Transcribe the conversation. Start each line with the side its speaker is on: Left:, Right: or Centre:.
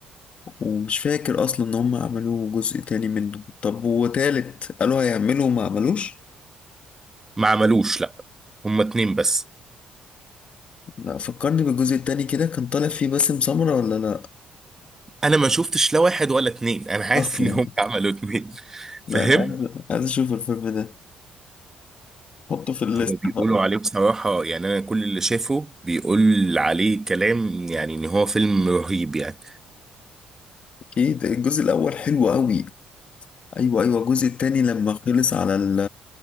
Left: ومش فاكر اصلا ان هم عملوا جزء تاني منه طب وتالت قالوا هيعملوا وما عملوش
Right: ما عملوش لا هما اتنين بس
Left: لا فكرني بالجزء التاني كده كان طالع فيه باسم سمرة ولا لا
Right: انا ما شفتش لا واحد ولا اتنين انا عارف
Left: اصلا
Right: ان هم عملوا اتنين
Left: <laughs>
Right: فاهم
Left: لا انا عايز عايز اشوف الفيلم ده حطه في الليست
Right: هو بيقولوا
Left: بقى
Right: عليه بصراحة يعني انا كل اللي شافه بيقول عليه كلام يعني ان هو فيلم رهيب يعني
Left: اكيد الجزء الاول حلو قوي ايوه ايوه الجزء التاني لما خلص على ال...